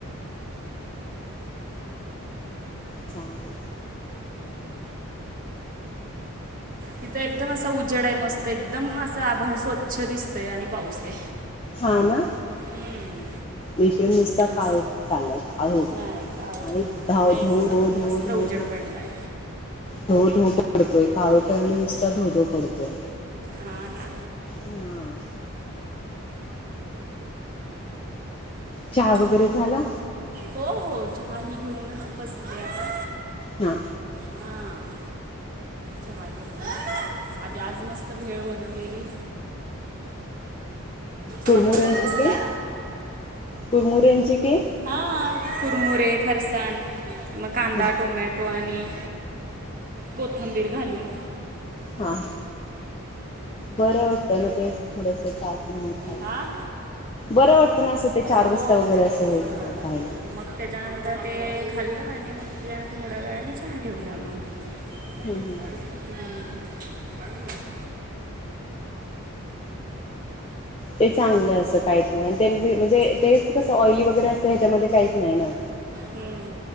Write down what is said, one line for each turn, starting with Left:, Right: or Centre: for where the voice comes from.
Left: चांग <unintelligible>
Right: तिथं एकदम असा उजेडा आहे मस्त एकदम असा आभाळ स्वच्छ दिसतय आणि पाऊस आहे.
Left: हा ना.
Right: हम्म.
Left: इकडे नुसता
Right: मस्त.
Left: काळोख चाललाय काळोख.
Right: नाही काळोख
Left: आणि
Right: नाही
Left: धाव
Right: इथं एकदम
Left: धो धो धो
Right: मस्त
Left: धो
Right: उजेड पडलाय
Left: धो धो पडतोय काळोख हाय न नुसता धो धो पडतोय.
Right: हा ना
Left: हा. चहा वगैरे झाला?
Right: हो हो चहा ही घेऊनच बसलेय आता.
Left: हा.
Right: हां चहा घेतला आधी आज मस्त भेळ बनवलेली.
Left: कुरमुर
Right: साडेचार
Left: यांचे
Right: वाजता
Left: के कुरमुर यांचे के?
Right: हा कुरमुुरे फरसाण मग कांदा
Left: हा
Right: टोमॅट टो आणि कोथंबीर घालून.
Left: हा हा बरं वाटतं ना ते थोडस चाट म्हणून खाईल.
Right: हां
Left: बरं वाटतं ना असं ते चार
Right: हो
Left: वाजता वगैरे असं
Right: तेच
Left: हे
Right: ना
Left: खायला.
Right: मग त्याच्यानंतर ते खाल्लं आणि मग त्याच्यानंतर थोड्या वेळाने चहा ठेवलं मग. <inaudible>
Left: हम्म हम्म ते चांगलं असं काहीच नाही म्हणजे तेच कसं ऑइली वगैरे असतं ह्याच्यामध्ये काहीच नाही ना.
Right: हम्म.